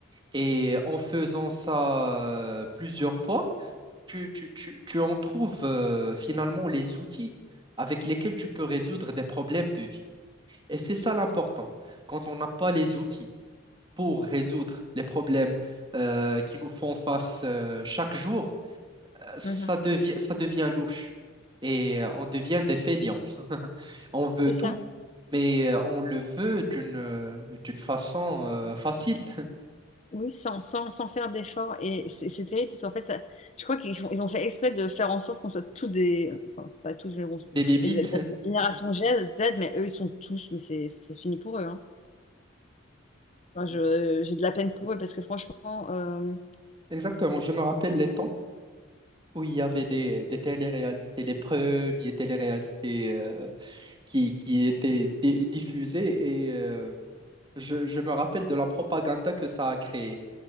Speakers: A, on the right (about 25°); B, on the left (about 35°).
A: Et en faisant ça euh, plusieurs fois, tu, tu, tu, tu en trouves euh, finalement les outils avec lesquels tu peux résoudre des problèmes de vie. Et c'est ça l'important. Quand on n'a pas les outils pour résoudre les problèmes euh, qui nous font face euh, chaque jour, euh, ça
B: Mhm.
A: devient, ça devient louche. Et euh, on devient des fainéants. <laughs> On veut
B: C'est
A: tout,
B: ça.
A: mais euh, on le veut d'une euh, d'une façon euh, facile,
B: Oui, sans, sans, sans faire d'efforts. Et c'est c'est terrible parce qu'en fait, ça, je crois qu'ils font- ils ont fait exprès de faire en sorte qu'on soit tous des. Enfin, pas tous, mais bon,
A: <laughs> des débiles.
B: mais la, la génération G- Z, mais eux, ils sont tous, mais c'est c'est fini pour eux. hein. Enfin, je,
A: <laughs>
B: j'ai de la peine pour eux parce que franchement, euh,
A: Exactement, je me rappelle les temps où il y avait des, des téléréalités, les premières téléréalités euh, qui, qui étaient di- diffusées et euh, je, je me rappelle de la propagande que ça a créée.